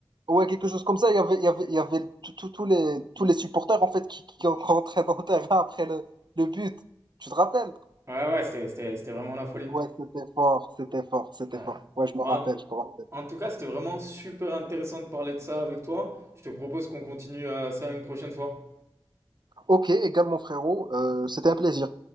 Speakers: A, on the right (about 50°); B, on the right (about 30°).
A: ouais, quelque chose comme ça. Il y avait, il y avait, il y avait tout- tout- tous les, tous les supporters, en fait, qui, qui rentraient dans le terrain après le, le but. Tu te rappelles?
B: Ouais, ouais, c'était, c'était, c'était vraiment la folie.
A: Ouais, c'était fort, c'était fort, c'était
B: Ouais.
A: fort. Ouais, je me
B: Bon,
A: rappelle,
B: en
A: je me rappelle.
B: en tout cas, c'était vraiment super intéressant de parler de ça avec toi. Je te propose qu'on continue euh, ça une prochaine fois.
A: Ok, et Gab, mon frérot, euh, c'était un plaisir.